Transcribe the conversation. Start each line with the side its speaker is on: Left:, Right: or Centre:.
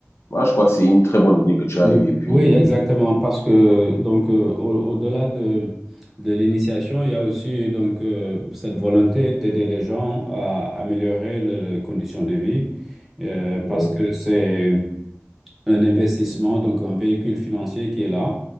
Left: Moi, je crois que c'est une très bonne idée que tu as
Centre: Ou-
Left: eue. Et puis,
Centre: Oui, exactement, parce que donc euh, au- au-delà de, de l'initiation, il y a aussi donc euh, cette volonté d'aider les gens à améliorer leurs conditions de vie, euh, parce
Left: oui,
Centre: que c'est un investissement, donc un véhicule financier qui est là.